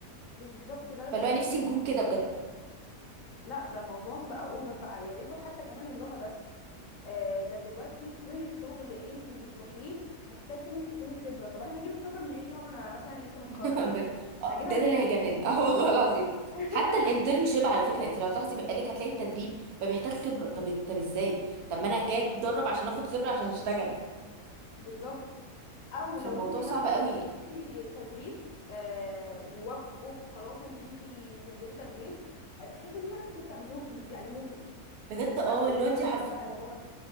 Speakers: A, on the left; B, on the right.
A: بالظبط ده اللي
B: فاللي
A: بتكلم
B: هو نفسي نكون
A: فيه
B: كده بجد
A: لا ده موضوع بقى اوفر بقى يا ريته حتى كمان اللغه بس آه ده دلوقتي كل شغل انت بتروحيه محتاج انك تكوني خبره طب انا هجيب الخبره منين وانا مثلا لسه متخرج
B: <laughs> ب- آه،
A: هجيبها
B: ده
A: منين
B: ده اللي هيجنن <laughs> اه والله العظيم
A: <laughs>
B: حتى الانترنشيب على فكره انت لو تلاحظي بقالك هتلاقي التدريب ما بيحتاج خبره طب طب ازاي طب ما انا جايه
A: بالظبط
B: اتدرب عشان اخد خبره عشان اشتغل
A: بالظبط او
B: فالموضوع
A: لو انت مثلا
B: صعب قوي
A: نزلتي تدريب آه ووافقوا خلاص ان انت تنزلي تدريب تحسي ان دلوقتي بيستعبدوكي مش بيعلموكي
B: بجد
A: بيستعبدوكي
B: اه اللي هو انت
A: كتير
B: حرف
A: بقى اللي هو